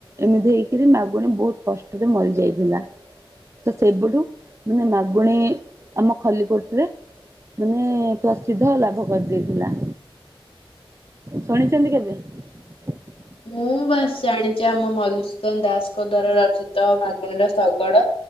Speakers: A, on the right (about 30°); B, on the left (about 80°).
A: ଏମିତି ହେଇକରି ମାଗୁଣୀ ବହୁତ କଷ୍ଟରେ ମରିଯାଇଥିଲା। ତ ସେବୁଠୁ ମାନେ ମାଗୁଣୀ ଆମ ଖଲିକୋଟରେ ମାନେ ପ୍ରସିଦ୍ଧ ଲାଭ କରିଦେଇଥିଲା ଶୁଣିଛନ୍ତି କେବେ <inaudible>
B: ମୁଁ ବାସ ଜାଣିଛି ଆମ ମଧୁସୂଦନ ଦାସଙ୍କ ଦ୍ଵାରା ରଚିତ ମାଗୁଣୀର ଶଗଡ